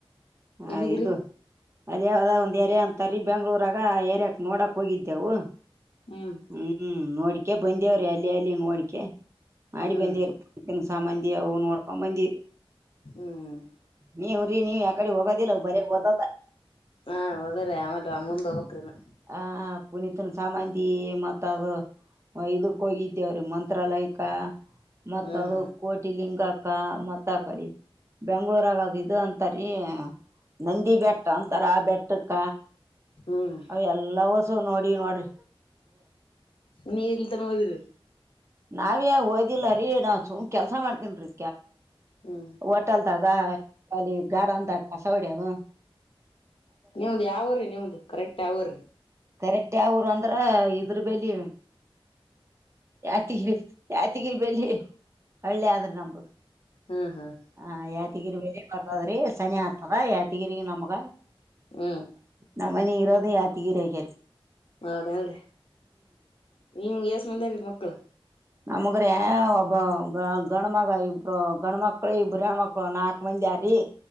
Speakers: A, on the right; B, on the left.
A: ಹಾ
B: ಇದೀಗ್ರಿ
A: ಇದು ಅದ ಯಾವದ ಒಂದ್ ಏರಿಯಾ ಅಂತರಿೀ ಬೆಂಗಳೂರಾಗ ಆ ಏರಿಯಕ್ ನೋಡಕ್ ಹೋಗಿದ್ದೆವು
B: ಹ್ಮ್
A: ಹ್ಮ್ ನೋಡಿಕೆ ಬಂದೇವ್ರಿ ಅಲ್ಲಿ ಅಲ್ಲಿ ನೋಡಿಕ ಮಾಡಿ
B: ಹ್ಮ್
A: ಬಂದಿತನ್ ಸಾಮಾಂದಿ ಅ ನೋಡ್ಕೊ ಬಂದಿರಿ
B: ಹ್ಮ್
A: ನೀ ಕಡೆ ಹೊೋಗ ದಲ್ಲ ಬರ ಹೊದ
B: ಹಾ ಹೋದ್ರಿ ಆಮೇಲೆ ಮುಂದ ಹೋಗಕ್ರಿನ
A: ಹ ಪುನೀತ್ನ ಸಾಮಂತಿ ಮತ್ತ ಅದು ಇದಕ್ ಹೋಗಿದ್ದೇವ್ರೀ ಮಂತ್ರಾಲಯಕ್ಕ ಮತ್ತ
B: ಹ್ಮ್
A: ಅದು ಕೋಟಿ ಲಿಂಗಾಕ್ಕ ಮತ್ತ ಪಡಿ ಬೆಂಗ್ಳೂರ್ಾಗದ ಇದು ಅಂತರಿ ನಂದಿ ಬೆಟ್ಟ ಅಂತಾರ ಆ ಬೆಟ್ಟಕ್ಕ
B: ಹ್ಮ್
A: ಅವ ಎಲ್ಲ ವಸ ನೋಡಿ ನೋಡ್ರಿ
B: ನೀ ಎಲ್ಲಿ ತನವದಿರಿ
A: ನಾವೇ ಓದಿಲ್ಲರಿೀ ನಾ ಸುಮ್ ಕೆಲ್ಸ ಮಾಡ್ತನ್ ರೀ
B: ಹ್ಮ್
A: ಹೋಟೆಲ್ದಾಗ ಅಲ್ಲಿ ಗಾರಂದಕ ಸೌಡ್ಯದು
B: ನಿಮ್ದ ಯಾವ್ರೀ ನಿಮ್ದ ಕರೆಕ್ಟ್ ಯಾವ್ರೀ
A: ಕರೆಕ್ಟ್ ಯಾವರು ಅಂದ್ರ ಇದ್ರ ಬಲಿ ಯತಿ ಯಾತಿಗಿರಿ ಬೆಲೆಿ ಒಳ್ಳೆ ಆದ್ರೆ ನಂಬುದು
B: ಹ್ಮ್ ಹ್ಮ್
A: ಹ ಯಾಾದಗಿರಿ ಬೆ ದ್ರಿ ಶನಿ ಆತದ ಯಾತಿಗಿರಿ ನಮ್ಗ
B: ಹ್ಮ್
A: ನಮ ಮನ ಇರೋದ ಯಾತಿಗಿರ್ಯಾರೆ
B: ಹೌದನ್್ರೀ ನಿಮ ಎಸ ಮಂದಾರಿೀ ಮಕ್ಳು
A: ನಮಗ್ರ ಒಬ್ಬ ಗ ಗಂಡ ಮಗ ಇಬ್ರು ಗಂಡ ಮಕ್ಳು ಇಬ್ರು ಹೆಣ್ಮಕ್ಳು ನಾಕು ಮಂದ ಾರಿೀ